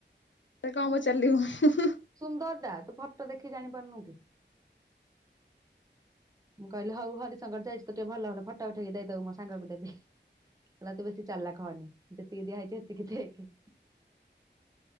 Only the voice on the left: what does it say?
କଣ, ପଚାରିଲୁ? ହୁଁ, ହୁଁ